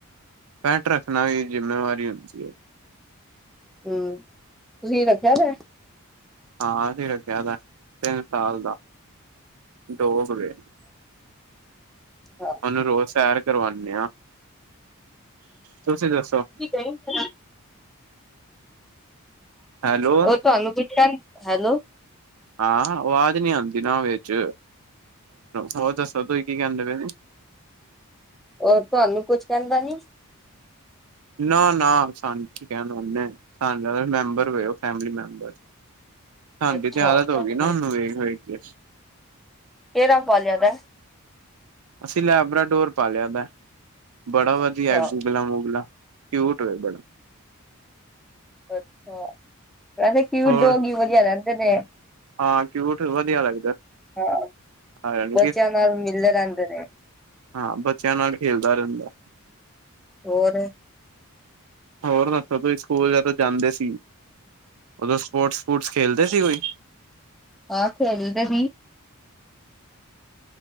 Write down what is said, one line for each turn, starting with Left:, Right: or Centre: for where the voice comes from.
Right: ਪੈਂਟ ਰੱਖਣਾ ਵੀ ਜ਼ਿੰਮੇਵਾਰੀ ਹੁੰਦੀ ਹੈ।
Centre: ਹੂੰ, ਤੁਸੀਂ ਰੱਖਿਆ ਏ
Right: ਹਾਂ, ਅਸੀਂ ਰੱਖਿਆ ਤਿੰਨ ਸਾਲ ਦਾ ਡੋਗ ਵੇ।
Centre: ਹਾਂ
Right: ਉਹਨੂੰ ਰੋਜ ਸੈਰ ਕਰਵਾਨੇ ਹਾਂ ਤੁਸੀਂ ਦੱਸੋ?
Centre: ਕਿ ਗਏ ਸਨ
Right: ਹੈਲੋ
Centre: ਉਹ ਤੁਹਾਨੂੰ ਪੁੱਛਦਾ ਹੈਲੋ
Right: ਹਾਂ ਆਵਾਜ਼ ਨੀ ਆਉਦੀਵਿਚ ਹੋ ਦੱਸੋ ਤੁਸੀ ਕੀ ਕਹਿੰਦੇ ਪਏ
Centre: ਉਹ ਤੁਹਾਨੂੰ ਕੁਛ ਕਹਿੰਦਾ ਨੀ
Right: ਨਾ- ਨਾ ਸਾਨੂੰ ਕੀ ਕਹਿਨਾ ਉਸਨੇ ਮੈਂਬਰੈ ਫੈਮਲੀ ਮੈਂਬਰ ਸਾਡੀ
Centre: ਅੱਛਾ
Right: ਤੇ ਆਦਤ ਹੋ
Centre: ਕਿਹੜਾ
Right: ਗਈ ਨਾ ਉਹਨੂੰ ਵੇਖ ਵੇਖ ਕੇ
Centre: ਕਿ ੜਾ ਪਾਲੇਆ ਦਾ
Right: ਅਸੀ ਲੈਬਰਾਡੋਰ ਪਾ ਲਿਆ ਦਾ ਬੜਾ ਵਧੀਆ
Centre: ਅੱਛਾ
Right: ਨਾਮੁਗਲਾ ਕਿਊਟ ਹੋ ਦਾ
Centre: ਅਛਾ ਵੈਸੇ ਕਿਊਟ
Right: ਹੋਰ
Centre: ਡੋਗ ਵਧੀਆ ਰਹਿੰਦੇ ਨੇ
Right: ਹਾਂ ਕਿਊਟ ਵਧੀਆ ਲੱਗਦਾ
Centre: ਹਾਂ
Right: ਸਾਰਿਆਂ ਨੂੰ
Centre: ਬੱਚਿਆਂ
Right: ਕਿ
Centre: ਨਾਲ ਮਿਲਦੇ ਰਹਿੰਦੇ ਨੇ
Right: ਹਾਂ ਬੱਚਿਆਂ ਨਾਲ ਖੇਲਦਾ ਰਹਿੰਦਾ
Centre: ਹੋਰ
Right: ਹੋਰ ਦੱਸੋ, ਸਕੂਲ ਜਦੋਂ ਜਾਂਦੇ ਸੀ, ਉਦੋਂ ਸਪੋਰਟਸ, ਸਪੋਰਟਸ ਖੇਲਦੇ ਸੀ ਕੋਈ
Centre: ਆਹ ਖੇਲਦੇ ਵੀ